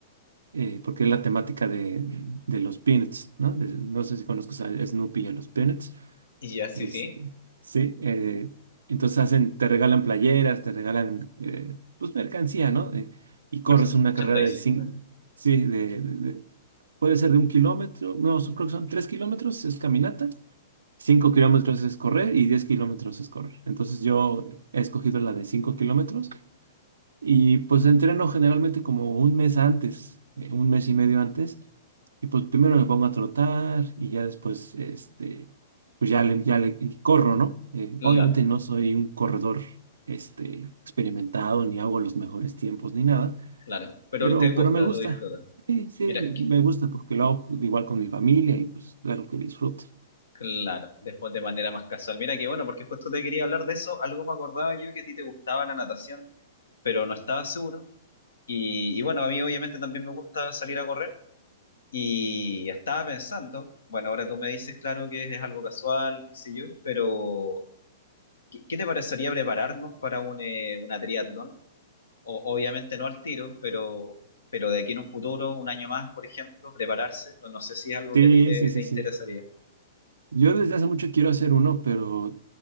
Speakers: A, on the right; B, on the left.
A: eh, porque es la temática de, de los Peanuts, ¿no? De- no sé si conozcas a Snoopy y a los Peanuts.
B: Y ya, sí,
A: Este,
B: sí.
A: sí, eh, entonces hacen, te regalan playeras, te regalan, eh, pues, mercancía, ¿no? Eh, y corres
B: Merchandising,
A: una carrera de cinco,
B: claro.
A: sí, de, de- de- puede ser de un kilómetro, no, son- creo que son tres kilómetros, es caminata. Cinco kilómetros es correr y diez kilómetros es correr. Entonces yo he escogido la de cinco kilómetros y pues entreno generalmente como un mes antes, eh, un mes y medio antes. Y pues primero me pongo a trotar y ya después, este, pues ya le, ya le y corro, ¿no? Eh,
B: Claro,
A: obviamente no soy un corredor, este, experimentado, ni hago los mejores tiempos, ni nada,
B: claro. Pero
A: pero,
B: te gusta,
A: pero me gusta.
B: lo disfrutas.
A: Sí, sí,
B: Mira,
A: me, me
B: que-
A: gusta porque lo hago igual con mi familia y pues es algo que disfrute.
B: claro, después de manera más casual. Mira que bueno, porque justo te quería hablar de eso. Algo me acordaba yo que a ti te gustaba la natación, pero no estaba seguro. Y, y bueno, a mí obviamente también me gusta salir a correr y estaba pensando, bueno, ahora tú me dices, claro, que es algo casual, qué sé yo, pero ¿qué, qué te parecería prepararnos para un, eh, una triatlón? O- obviamente no al tiro, pero, pero de aquí en un futuro, un año más, por ejemplo, prepararse, no, no sé si es algo
A: Sí,
B: que a ti te,
A: sí, sí,
B: te interesaría.
A: sí. Yo desde hace mucho quiero hacer uno, pero